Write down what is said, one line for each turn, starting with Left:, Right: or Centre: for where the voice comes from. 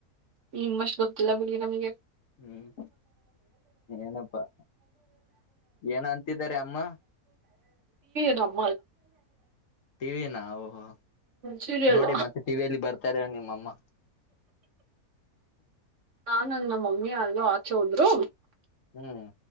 Right: ನಿಮ್ಷ್ಟ ಗೊತ್ತಿಲ್ಲ ಬಿಡಿ ನಮ್ಗೆ
Left: ಹ್ಮ್ ಏನಪ್ಪಾ ಏನ ಅಂತಿದ್ದಾರೆ ಅಮ್ಮ
Right: ಅ
Left: ಟಿವಿನ ಓಹೋ
Right: ಸೀರಿಯಲ್
Left: ನೋಡಿ ಮತ್ತೆ ಟಿವಿಯಲ್ಲಿ ಬರ್ತಾರೆ ನಿಮ್ಮಮ್ಮ
Right: ನಾ ನನ್ನ ಮಮ್ಮಿ ಅಲ್ಲೂ ಆಚೆ ಹೋದ್ರು
Left: ಹ್ಮ್